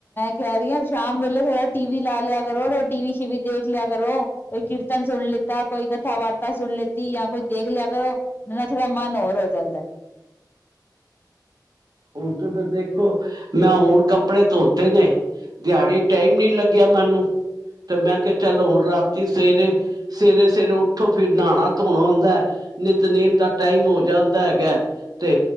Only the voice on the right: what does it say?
ਹੁਣ ਤੇ ਫਿਰ ਦੇਖੋ, ਮੈਂ ਹੁਣ ਕੱਪੜੇ ਧੋਤੇ ਨੇ ਦਿਹਾੜੀ ਟਾਈਮ ਨੀ ਲੱਗਿਆ ਮੈਨੂੰ। ਤੇ ਮੈਂ ਕਿਹਾ ਚਲੋ ਹੁਣ ਰਾਤੀਂ ਸਵੇਰੇ, ਸਵੇਰੇ-ਸਵੇਰੇ ਉੱਠੋ ਫਿਰ ਨਾਣਾ ਧੋਣਾ ਹੁੰਂਦਾ। ਨਿਤਨੇਮ ਦਾ ਟਾਈਮ ਹੋ ਜਾਂਦਾ ਹੈਗਾ ਤੇ